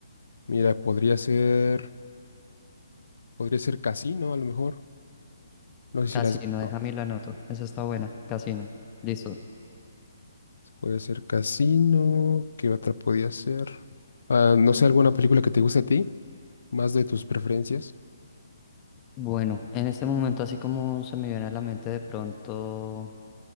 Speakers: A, on the left; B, on the left.
A: Mira, podría ser, podría ser Casino, a lo mejor. No sé
B: Casino,
A: si las has visto.
B: déjame y la anoto. Esa está buena. Casino. Listo.
A: Puede ser Casino. ¿Qué otra podía ser? Ah, no sé, ¿alguna película que te guste a ti? ¿Más de tus preferencias?
B: Bueno, en este momento así como se me viene a la mente de pronto.